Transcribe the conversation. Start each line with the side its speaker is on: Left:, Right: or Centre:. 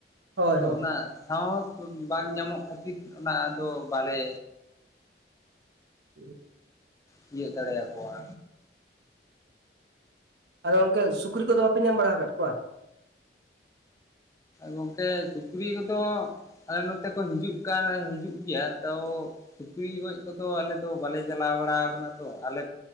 Right: ᱦᱳᱭ
Left: ᱛᱚ
Right: ᱦᱳᱭ
Left: ᱚᱱᱟ ᱥᱟᱸᱦᱚᱥ ᱵᱟᱝ ᱧᱟᱢᱚᱜ ᱠᱷᱟᱹᱛᱤᱨ ᱚᱱᱟᱫᱚ ᱵᱟᱞᱮᱼᱼ
Right: <unintelligible>
Left: ᱛᱤᱭᱟᱹᱜ ᱫᱟᱲᱮᱭ ᱟᱠᱚᱣᱟ᱾
Right: ᱟᱫᱚ ᱜᱚᱢᱠᱮ ᱥᱩᱠᱨᱤ ᱠᱚᱫᱚ ᱵᱟᱯᱮ ᱵᱟᱲᱟ ᱟᱠᱟᱫ ᱠᱚᱣᱟ᱾
Left: ᱜᱚᱝᱠᱮ ᱥᱩᱠᱨᱤ ᱠᱚᱫᱚ ᱟᱞᱮ ᱱᱚᱛᱮ ᱠᱚ ᱦᱤᱡᱩᱜ ᱠᱟᱱ ᱦᱤᱡᱩᱜ ᱜᱮᱭᱟ ᱛᱚ ᱥᱩᱠᱨᱤ ᱜᱚᱡ ᱠᱚᱫᱚ ᱟᱞᱮ ᱫᱚ ᱵᱟᱞᱮ ᱪᱟᱞᱟᱣ ᱵᱟᱲᱟ ᱠᱟᱱᱟ ᱛᱚ ᱟᱞᱮ